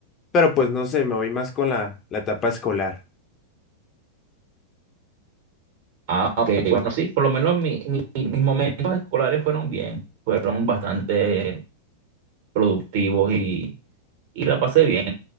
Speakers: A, on the left; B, on the right.
A: pero pues no sé, me voy más con la, la etapa escolar.
B: Ah, ok, bueno, sí, por lo menos mi- mi- mi- mis momentos escolares fueron bien, fueron bastante productivos y, y la pasé bien.